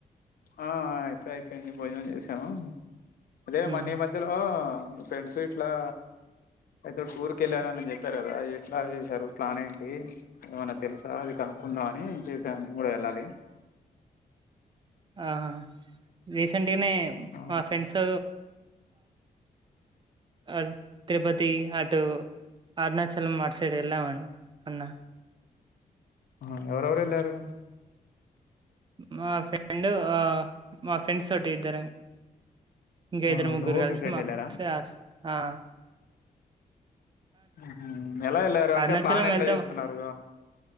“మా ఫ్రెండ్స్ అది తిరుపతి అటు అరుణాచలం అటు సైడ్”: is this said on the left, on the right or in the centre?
Right